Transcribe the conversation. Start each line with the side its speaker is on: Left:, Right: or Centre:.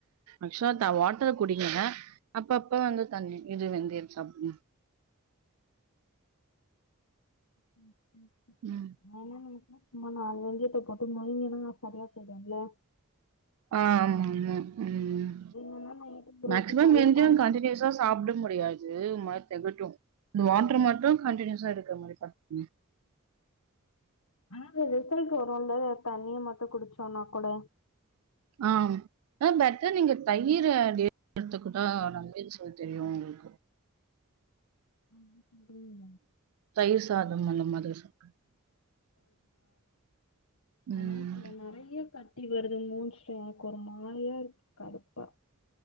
Right: ஆக்சுவல வாட்டர் குடிங்க அப்பப்ப வந்து தண்ணி இது வெந்தயம் சாப்புடுங்க
Left: ம் ஓகே ஓகே
Right: ம்
Left: நான் என்ன நெனைச்சே சும்மா நாலு வெந்தியத்த போட்டு முழுங்கன்னா சரியா போயிடும்ல
Right: ஆமா ஆமா ம்
Left: இல்லன்னா நைட்டு ஊற
Right: மேக்சிமம்
Left: வச்சு கால்ல
Right: வெந்தயம்
Left: தண்ணி
Right: கன்டினியூஸா ஸா சாப்ட முடியாது ஒரு மாரி தெகட்டு இந்த வாட்டர் மட்டு கண்டியூஸா எடுக்கற மாரி பாத்துகுங்க
Left: ஆனா அந்த ரிசல்ட் வரும்ல தண்ணிய மட்டு குடிச்சோம்னா கூட
Right: ஆம் ஆ பெட்டர் நீங்க தயிற டெய்லி எடுத்துக்கிட்ட நல்ல ரிசல்ட் தெரியு உங்களுக்கு
Left: ஆமா சுண்டலு
Right: தயிர் சாதம் அந்த மாதிரி சிப் ம்.
Left: என்ன இல்ல நெறைய கட்டி வருது மூஞ்சில எனக்கு ஒரு மாரியா இருக்கு கடுப்பா